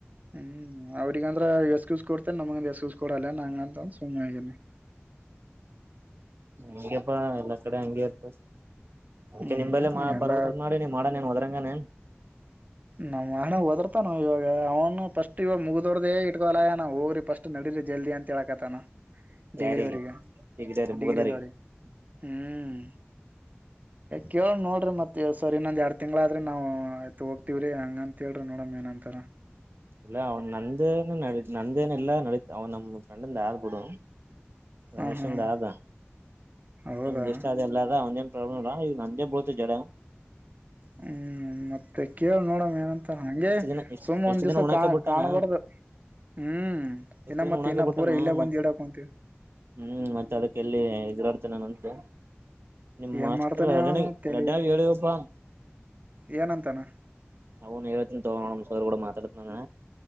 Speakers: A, on the right (about 35°); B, on the right (about 60°).
A: ಹ್ಮ್ ಅವ ಈಗಂದ್ರ ಎಸ್ಸ್ ಕೊಡ್ತೆ ನಮ್ಗೆಂದ ಎಸ್ಕ್ಯೂಸ್ ಕೊಡಲ್ಲ ನಂಗ ಅಂತಂದ ಸುಮ್ಗೇನೆ
B: ಹಂಗೆಪ್ಪಾ ಎಲ್ಲಾ ಕಡೆ ಹಂಗೆ ಇರ್ತ ಅಕೆ
A: ಹ್ಮ್
B: ನಿಮಲ್ಲ
A: ಎಲ್ಲ
B: ಬರ್ಂದ ಮಾಡಿ ನೀ ಮಾಡಣೇನ್ ಹದ್ರಂಗನೇನ್
A: ನಣಗ್ ಓದರ್ತಾನ ಇವಾಗ ಅವ ಸ್ಟ್ವ ಮುಗ್ದೋಡ್ದೇ ಇಟ್ಕೋನ ಹೋಗ್ರಿ ಫಸ್ಟ್ ನಡಡಿರಿ ಜಲ್ದಿ ಅಂತ ಹೇಳಕತ್ತತನ ಡಿಗ್ರಿ
B: ಯಾರಿಗೆ
A: ಅವ್ರಗ
B: ಡಿಗ್ರಿಯರಿ
A: ಡಿಗ್ರಿದವ್ರಿಗೆ
B: ಮುಗದರಿಗೆ
A: ಹ್ಮ್ ಕೇಳ ನೋಡ್ರಿ ಮತ್ತೆ ಸರ್ ಇನ್ನೊಂದು ಎರಡು ತಿಂಗ್ಳಾದ್ರೆ ನಾವು ಆಯತು ಹೋಗ್ವಿ ವ್ರೇ ಹಂಗ ಅಂತ ಹೇಳ್ರಿ ನೋಡಮ್ ಏನಂತಾರ
B: ಇಲ್ಲ ಅವ್ನ್ ನಂದೇನು ನ ನಂದೇನ ಇಲ್ಲಾ ನಡೀತ ಅವನ್ ನಮ್ಮ್ ಫ್ರೆಂಡ್ಂದ ಆಳ್ ಬಿಡು ರಮೇಶ್
A: ಹಾ ಹಾ
B: ಅಂದ್ರ
A: ಹಾ
B: ಆದ
A: ಹೌದಾ
B: ನಮಗೆ ಇಷ್ಟ ಅ ಎಲ್ಲದ ಅವನೇನ್ ಪ್ರಲ ಇಲ್ಲಾ ಈಗ ನಂದೇ ಬರುತ ಜಲ
A: ಹ್ಮ್ ಮ ಮತ್ತೆ ಕೇಳ ನೋಡಮ ಏನಂತ ಹಂಗೆ
B: ಎಷ್ಟು ದಿನ ಎಷ್ಟ
A: ಸುಮ್ ಒಂದ್
B: ಎಷ್ಟು
A: ದಿವ್ಸ
B: ದಿನ ಉಣಾಕ
A: ಕಾ
B: ಬಿಟ್ಟಾನ
A: ಕಾಣ್ಬಾರ್ದ ಹ್ಮ್
B: ಎಷ್ಟು
A: ಇನ್ನ
B: ದಿನ
A: ಮತ್ತೆ
B: ಉಣಾಕ
A: ಇನ್ನ
B: ಬಿಟ್ಟಾನ
A: ಪೂರ ಇಲ್ಲೇ ಬಂದ
B: ಮತ್
A: ಎಡಕ್ಂತೀವಿ
B: ಹ್ಮ್ ಮತ್ತೆ ಅದಕ್ಕೆ ಎಲ್ಲಿ ಹೆರುಡ್ತನ ನಂತು ನಿಮ್ಮ
A: ಏನ್
B: ಮಾಸ್ತರ್
A: ಮಾಡ್ತಾನೆ
B: ಎರಡನ
A: ಅವನು ತಲಿ
B: ಅಡ ಹೇಳ ಹಪ್ಪ
A: ಏನಂತಾನ
B: ಅವನು ಹೇಳತನಿ ತಗೋ ನೋಡ ಸರ್ ಕೂಡ ಮಾತಾಡತನ ನಾನ